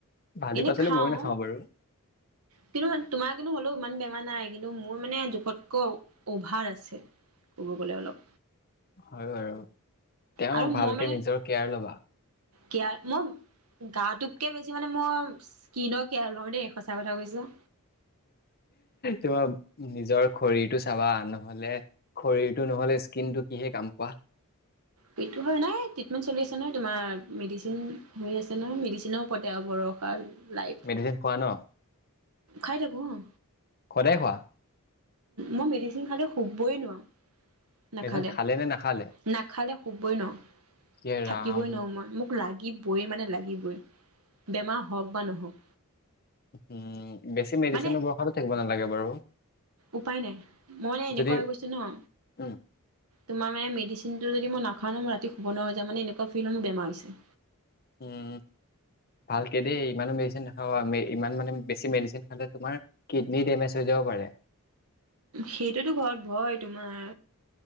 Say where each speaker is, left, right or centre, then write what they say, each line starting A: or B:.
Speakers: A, on the left; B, on the right.
A: ভাজি
B: এনে
A: পাচলি
B: খাওঁ
A: ময়ো নাখাওঁ বাৰু।
B: কিন্তু মান তোমাৰ কিন্তু হ'লেও ইমান বেমাৰ নাই। কিন্তু মোৰ মানে জোখতকৈ অভাৰ আছে ক'ব গ'লে অলপ।
A: হয় বাৰু। তেওঁ
B: আৰু
A: ভালকে
B: মই মানে
A: নিজৰ কেয়াৰ ল'বা।
B: কেয়াৰ মই গাটোককে বেছি মানে মই স্কিনৰ কেয়াৰ লো দেই, সঁচা কথা কৈছো।
A: তোমাৰ নিজৰ শৰীৰটো চাবা নহলে শৰীৰৰটো নহ'লে স্কিনটো কিহে কাম কোৱা।
B: সেইটো হয় নাই, ট্ৰিটমেণ্ট চলি আছে নহয়, তোমাৰ মেডিচিন হৈ আছে নহয় মডিচ চিন পতে বৰষাৰ লাইভ।
A: মেডিচিন খোৱা ন?
B: খাই থাকো, অ।
A: সদায় খোৱা?
B: মই মেডিচিন খালে শুবই নোৱাৰো। নাখালে,
A: মেডিচিন খালে নে নাখালে?
B: নাখালে শুবই নোৱাৰো,
A: ইয়ে
B: থাকিবই
A: ৰাম
B: নোৱাৰো, মই, মোক লাগ লাগিবই মানে লাগিবই বেমাৰ হওঁক বা নহওক।
A: ম বেছি মেডিচিনৰ
B: মানে
A: বৰষাটো থাকিব নালাগে বাৰু।
B: উপায় নাই, মই মানে এনেকুৱা
A: যদি
B: হৈ গৈছো ন,
A: উম,
B: তোমাৰ মানে মেডিচিনটো যদি মই নাখাও ন মই ৰাত তি শুব নোৱাৰা হৈ যাও মানে এনেকুৱা ফিল মোৰ বেমাৰ হৈছে।
A: উম, ভালকে দেই ইমানো মেডিচিন নাখাবা, ইমান মানে বেছি মেডিচিন খালে তোমাৰ কিডনী ডেমেজ হৈ যাব পাৰে।
B: সেইটোতো ঘৰত ভয় তোমাৰ।